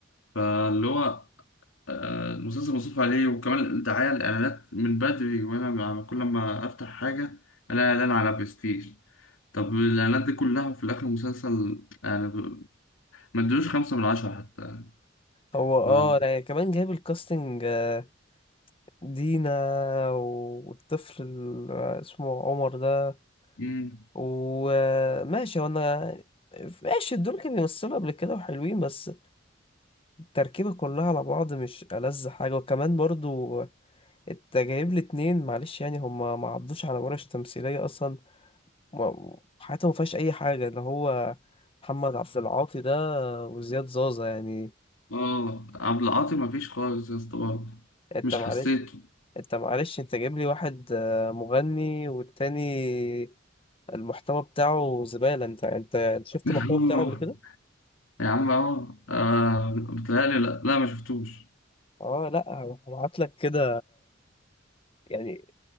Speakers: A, on the left; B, on the left.
A: فاللي هو آه، المسلسل مصروف عليه وكمان الدعاية الإعلانات من بدري وأنا مع- كل ما أفتح حاجة ألاقي إعلان على برستيج طب الإعلانات دي كلها وفي الآخر مسلسل يعني ب- ما ادلوش خمسة من عشرة حتى
B: هو
A: ما
B: اه لا يعني كمان جايب الكاستنج آه، دينا والطفل ال- اسمه عمر ده
A: مم.
B: وماشي وانا ماشي دول كانوا بيمثلوا قبل كده وحلوين بس التركيبة كلها على بعض مش ألذ حاجة وكمان برضو انت جايب لي اتنين معلش يعني هما ما عدوش على ورش تمثيلية أصلا وما- حياتهم ما فيهاش أي حاجة اللي هو محمد عبد العاطي ده وزياد زازا يعني
A: آه عبد العاطي ما فيش خالص يا اسطى برضه
B: انت
A: مش
B: معلش
A: حسيته
B: انت معلش انت جايب لي واحد آه، مغني والتاني المحتوى بتاعه زبالة انت انت انت شفت
A: <laughs>
B: المحتوى بتاعه
A: آه،
B: قبل كده؟
A: يا عم آه آه، بتهيألي لأ لا ما شفتوش
B: اه لا هبعت لك كده يعني